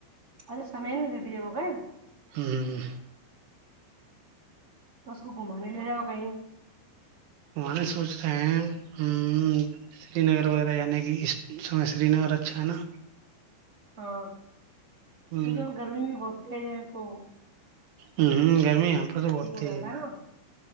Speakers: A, on the right; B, on the right.
A: اچھا سمے نہیں دیتی ہے وہ گئے
B: ہ ہ
A: تو اس کو گھمانے لے رہا ہو کہیں
B: وہ نہیں سوچ رہے ہیں ہ سری نگر وغیرہ جانے کی اس سمے سری نگر اچھا ہے نا
A: ہاں
B: ہ
A: کیونکہ ہم گرمی بھی بہت تیز ہے او
B: ہ ہ گرمی یہاں پہ تو بہت تز
A: جاتا
B: ہے
A: نا